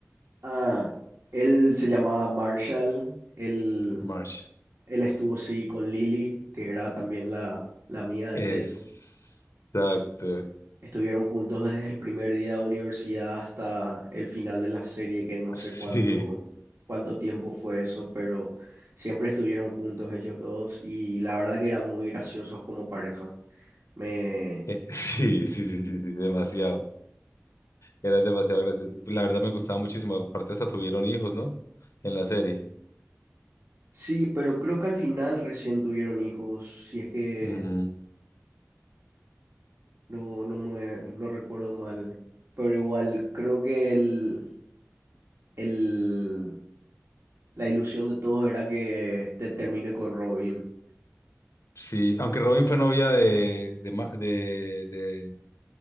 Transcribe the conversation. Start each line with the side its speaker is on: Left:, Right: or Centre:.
Right: Ah, él se llamaba Marshall, él,
Left: March.
Right: él estuvo sí con Lily, que era también la, la amiga de
Left: Exacto.
Right: Ted. Estuvieron juntos desde el primer día de universidad hasta el final de la serie, que no sé
Left: Sí,
Right: cuánto, cuánto tiempo fue eso, pero siempre estuvieron juntos ellos dos y la verdad que eran muy graciosos como pareja. Me...
Left: eh, <laughs> sí, sí, sí, sí, sí, demasiado. Era demasiado gracioso. La verdad me gustaba muchísimo. Aparte hasta tuvieron hijos, ¿no? En la serie.
Right: Sí, pero creo que al final recién tuvieron hijos, si es que
Left: Ujú.
Right: no, no me, no recuerdo mal. Pero igual, creo que el, el, la ilusión de todos era que te termine con Robin.
Left: Sí, aunque Robin fue novia de, de, Ma- de, de,